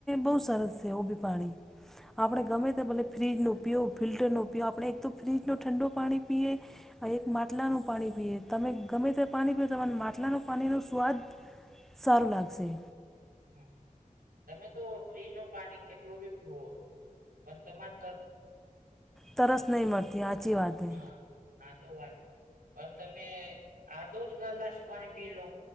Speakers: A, in the centre; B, on the right.
A: બહુ સરસ છે ઓ ભી પાણી આપણે
B: હમ
A: ગમે તે ભલે ફ્રીજનું પીયો ફિલ્ટરનું પીયો આપણે એક તો ફ્રીજનું ઠંડું પાણી પીએ. એક માટલાનું પાણી પીએ તમે ગમે તે પાણી પીઓ તમારે માટલાનું પાણીનો સ્વાદ સારું લાગશે.
B: હમ તમે તો ફ્રીજનું પાણી કેટલું બી પીવો પણ તમાર
A: તરસ નહી મટતી હાચી વાત
B: હા
A: હે.
B: હા તો વાત પણ તમે આધો જ ગલાશ પાણી પી લો.